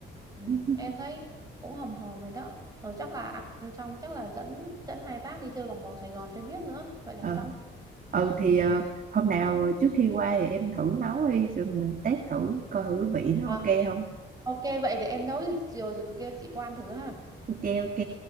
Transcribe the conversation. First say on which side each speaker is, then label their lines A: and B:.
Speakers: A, on the right; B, on the right.
A: Ừ,
B: <laughs>
A: em thấy cũng hòm hòm rồi đó. Rồi chắc là ăn xong chắc là dẫn dẫn hai bác đi chơi vòng vòng Sài Gòn cho biết nữa. Vậy là
B: ừ
A: xong.
B: Ừ, thì
A: Ừ.
B: ờ, hôm nào trước khi qua thì em thử nấu đi rồi mình test thử coi thử vị nó
A: À,
B: ok không
A: ok vậy để em nấu rồi, rồi kêu chị qua ăn thử ha.
B: ok ok